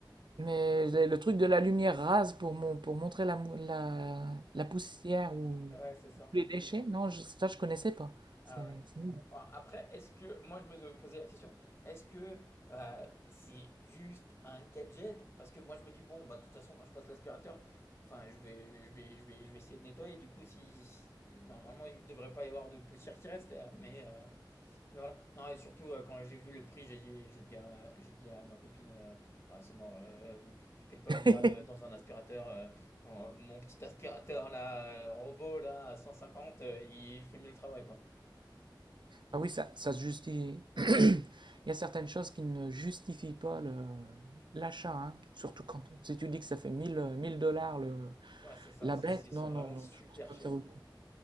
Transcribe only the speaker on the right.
Mais le le truc de la lumière rase pour, mon, pour montrer la, mou- la, la poussière ou
les déchets, non, je- ça je connaissais pas.
C'est
c'est nouveau.
<laughs>
Ah oui, ça, ça se justifie. <clears throat> Il y a certaines choses qui ne justifient pas le- l'achat, hein. Surtout quand si tu dis que ça fait 1000 euh, 1000 dollars le,
la
bête,
non,
non, non,
je pense pas
que ça vaut le coup.